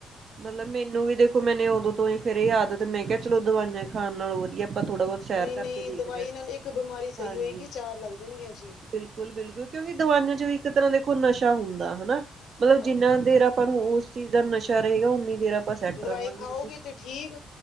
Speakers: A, on the right; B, on the left.
A: ਮਤਲਬ ਮੈਨੂੰ ਵੀ ਦੇਖੋ, ਮੈਨੂੰ ਉਦੋਂ ਤੋਂ ਹੀ ਫਿਰ ਯਾਦ ਤੇ ਮੈਂ ਕਿਹਾ ਚਲ ਦਵਾਈਆਂ ਖਾਣ ਨਾਲੋਂ ਵਧੀਆ ਆਪਾਂ ਥੋੜਾ ਬਹੁਤ ਸੈਰ
B: ਨਹੀਂ-ਨਹੀਂ
A: ਕਰਕੇ ਦੇਖਦੇ
B: ਦਵਾਈ
A: ਹਾਂ
B: ਨਾਲ ਇੱਕ ਬਿਮਾਰੀ ਸਹੀ
A: ਹਾਂਜੀ
B: ਹੋਏਗੀ ਚਾਰ ਲੱਗ ਜਾਣਗੀਆਂ ਜੀ।
A: ਬਿਲਕੁਲ-ਬਿਲਕੁਲ, ਕਿਉਕਿ ਦਵਈਆਂ ਚ ਵੀ ਇੱਕ ਤਰ੍ਹਾਂ ਦੇ, ਕੋ ਨਸ਼ਾ ਹੁੰਦਾ ਹਨਾ,
B: ਹਾਂ
A: ਮਤਲਬ ਜਿੰਨਾ ਦੇਰ ਆਪਾਂ ਨੂੰ ਉਸ ਚੀਜ਼ ਦਾ ਨਸ਼ਾ ਰਹੇਗਾ ਉਨੀ ਦੇਰ ਆਪਾਂ। ਸੈੱਟ
B: ਦਵਾਈ
A: ਰਵਾਂਗੇ
B: ਖਾਓਗੇ,
A: ਉਥੇ।
B: ਤੇ ਠੀਕ